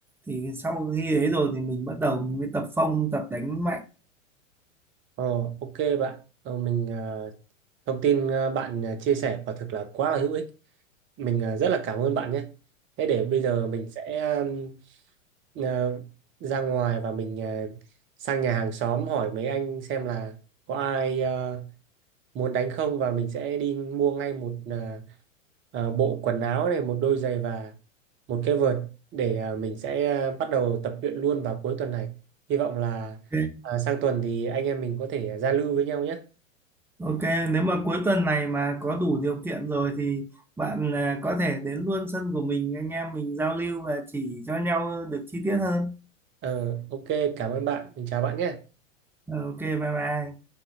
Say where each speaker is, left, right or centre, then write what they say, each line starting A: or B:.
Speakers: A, in the centre; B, on the right (about 30°).
A: thì sau khi ấy rồi thì mình bắt đầu mình mới tập phong tập đánh mạnh
B: ờ ok bạn ờ, mình à, thông tin à, bạn à, chia sẻ quả thực là quá là hữu ích mình à, rất là cảm ơn bạn nhé thế để bây giờ mình sẽ um, à, ra ngoài và mình à, sang nhà hàng xóm hỏi mấy anh xem là có ai à, muốn đánh không và mình sẽ đi mua ngay một à, à, bộ quần áo này một đôi giày và một cái vợt để à, mình sẽ à, bắt đầu tập luyện luôn vào cuối tuần này hy vọng là
A: ok
B: à, sang tuần thì anh em mình có thể à, giao lưu với nhau nhé
A: Ok, nếu mà cuối tuần này mà có đủ điều kiện rồi thì bạn à, có thể đến luôn sân của mình anh em mình giao lưu và chỉ cho nhau được chi tiết hơn
B: ờ ok cảm ơn bạn mình chào bạn nhé
A: Ờ, ok bye bye